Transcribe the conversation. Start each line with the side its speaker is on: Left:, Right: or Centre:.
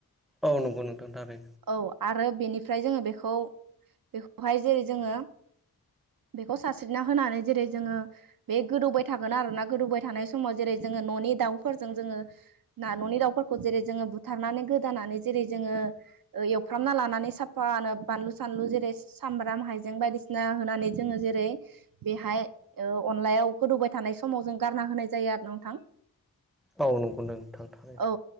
Centre: औ नंगौ नोंथां थारै
Right: औ आरो बेनिफ्राय जोङो बेखौ बेखौहाय जेरै जोङो बेखौ सारस्रिना होनानै जेरै जोङो बे गोदौबाय थागोन आरोना गोदौबाय थानाय समाव जेरै जोङो न'नि दाउफोरजों जोङो ना न'नि दावउफोरखौ जेरै जोङो बुथारनानै गोदानानै जेरै जोङो ओ एवफ्रामना लानानै साफानो बानलु सानलु जेरै सामब्राम हाइजें बायदिसिना होनानै जोङो जेरै बेहाय ओ अनलायाव गोदौबाय थानाय समाव जों गारना होनाय जायो आरोना नोंथां
Centre: औ नंगौ नोंथां थारैनो
Right: औ